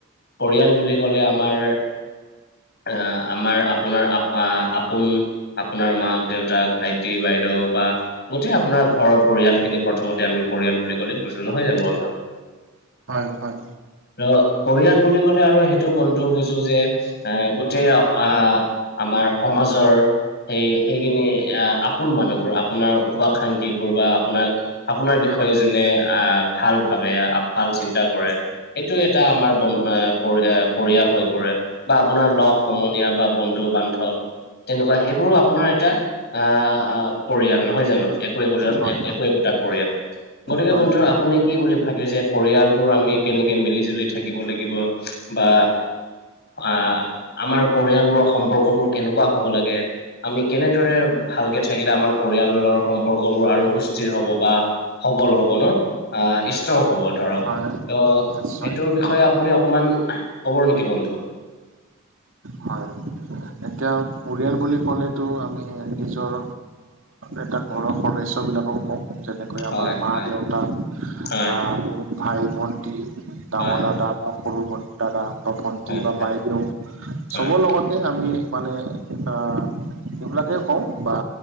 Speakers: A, on the left; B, on the right.
A: পৰিয়াল বুলি কলে আমাৰ। আহ, আমাৰ আপোনাৰ আপোন। আপোনাৰ মাক দেউতাক, ভাইটি বাইদেউ বা। গোটেই আপোনাৰ ঘৰৰ পৰিয়াল খিনি প্ৰথমতে আমি পৰিয়াল বুলি কলে বুজো নহয় জানো বন্ধু।
B: হয় হয়।
A: ত' পৰিয়াল বুলি ক'লে আৰু সেইটো বন্ধু বুজো যে। আহ, গোটেই আহ আমাৰ সমাজৰ। সেই সেইখিনি আহ আপোন মানুহবোৰ আপোনাৰ শুভ শাংক্ষী বোৰ বা আপোনাক। আপোনাৰ বিষয়ে যোনে আহ ভাল ভাবে, ভাল চিন্তা কৰে। এইটো এটা আমাৰ বন পৰি পৰিয়াল হৈ পৰে। বা আপোনাৰ লগ সমনীয়া বা বন্ধু বান্ধৱ তেনেকুৱা সেইবোৰো আপোনাৰ এটা। আহ পৰিয়াল নহয় জানো, একো একোজন
B: হয় হয়
A: একো একোটা পৰিয়াল। গতিকে
B: হয়
A: বন্ধু আপুনি কি বুলি ভাবে যে পৰিয়ালবোৰ আমি। কেনেকে মিলি জুলি থাকিব লাগিব, বা আহ। আমাৰ পৰিয়ালবোৰৰ সম্পৰ্কবোৰ কেনেকুৱা হব লাগে। আমি কেনেদৰে ভালকে থাকিলে আমাৰ পৰিয়ালৰ সম্পৰ্কবোৰ আৰু সুস্থিৰ হব বা। সবল হব ন, ষ্ট্ৰং হব ধৰক।
B: হয়
A: ত'
B: নিশ্চয়
A: সেইটোৰ বিষয়ে আপুনি অকমান কব নেকি বন্ধু।
B: হয় এতিয়া পৰিয়াল বুলি ক'লেতো আমি নিজৰ এটা ঘৰৰ সদস্যবিলাকক। <inaudible>
A: হয়
B: আমাৰ মা
A: হয়
B: দেউতা
A: হয়
B: বা মোৰ ভাই ভণ্টী ডাঙৰ
A: হয়
B: দাদা। বা সৰু বটা বা ভণ্টি
A: হয়
B: বা
A: হয়
B: বাইদেউ
A: হয়
B: চবৰ লগতে আমি। মানে ধৰা সেইবিলাকে কওঁ বা।